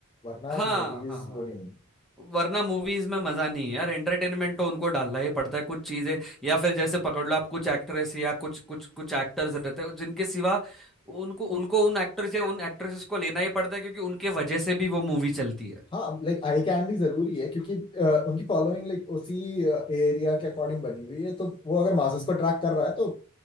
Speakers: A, on the left; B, in the centre.
A: वरना
B: हाँ
A: मूवीज
B: हाँ हाँ
A: वो नहीं होंगी
B: वरना मूवीज में मजा नहीं है यार एंटरटेनमेंट तो उनको डालना ही पड़ता है कुछ चीजें या फिर जैसे पकड़ लो आप कुछ एक्ट्रेस या कुछ कुछ कुछ एक्टर्स रहते हैं जिनके सिवा उनको उनको उन एक्टर्स या उन एक्ट्रेसेस को लेना ही पड़ता है क्योंकि उनके वजह से भी वो मूवी चलती है
A: हाँ लाइक आई कैंडी जरूरी है क्योंकि अ, उनकी फॉलोइंग लाइक उसी एरिया के अकॉर्डिंग बनी हुई है तो वो अगर मासेस को अट्रैक्ट कर रहा है तो